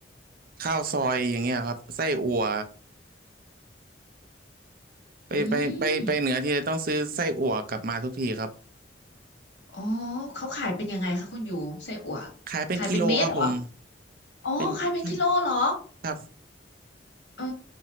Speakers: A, on the right (about 55°); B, on the left (about 80°).
A: ข้าวซอยอย่างเงี้ยครับไส้อั่วไปไปไปไปเหนือทีไรต้องซื้อไส้อั่วกลับมาทุกทีครับ
B: อืมอ๋อเขาขายเป็นยังไงคะคุณยูไส้อั่ว
A: ขายเป็นกิโลครับผม
B: ขายเป็นเม็ดเหรออ๋อขายเป็นกิโลเหรอ
A: เป็นช่างครับ
B: เออ